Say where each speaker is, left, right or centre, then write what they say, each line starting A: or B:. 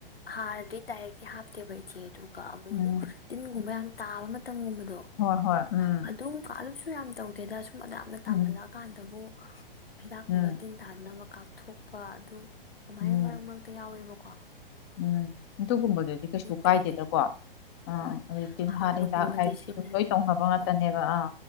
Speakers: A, on the left; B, on the left.
A: ꯍꯥꯔꯗꯤ ꯗꯥꯏꯔꯦꯛꯇꯤ ꯍꯥꯞꯇꯦꯕ ꯏꯆꯦꯗꯣ ꯀ ꯑꯃꯨ
B: ꯎꯝ
A: ꯃꯨꯛ ꯇꯤꯟꯒꯨꯝꯕ ꯌꯥꯝ ꯇꯥꯕ ꯃꯇꯝꯒꯨꯝꯕꯗ ꯗꯣ
B: ꯍꯣꯏ ꯍꯣꯏ ꯎꯝ
A: ꯑꯗꯨꯀꯟ ꯌꯥꯝ ꯇꯧꯗꯦꯗ ꯌꯥꯝꯅ ꯇꯝꯜꯂꯀꯥꯟꯗꯕꯨ
B: ꯎꯝ
A: ꯍꯤꯗꯥꯛ
B: ꯎꯝ
A: ꯀꯨꯝꯕ ꯇꯤꯟ ꯇꯥꯗꯅꯕ ꯀꯥꯞꯊꯣꯛꯄ ꯑꯗꯨ ꯑꯗꯨꯃꯥꯏ
B: ꯎꯝ
A: ꯃꯔꯀ ꯃꯛꯇ ꯌꯥꯎꯋꯦꯕ ꯀꯣ
B: ꯎꯝ ꯑꯗꯨꯒꯨꯝꯕꯗꯨꯗꯤ ꯀꯩꯁꯨ
A: ꯇꯧꯗꯦ
B: ꯀꯥꯏꯗꯦꯗꯀꯣ ꯑꯥ
A: ꯍꯣꯏ
B: ꯑꯗꯨ ꯇꯤꯜꯍꯥ
A: ꯍꯥꯔꯒꯨꯝꯕꯗꯤ
B: ꯍꯤꯗꯥꯛ ꯍꯥꯏꯕꯗꯤ
A: ꯁꯤꯖꯤꯟꯅꯗꯦꯕ
B: ꯑꯗꯨꯝ ꯂꯣꯏ ꯇꯧꯅꯕ ꯉꯥꯛꯇꯅꯦꯕ
A: ꯍꯣꯏ
B: ꯑꯥ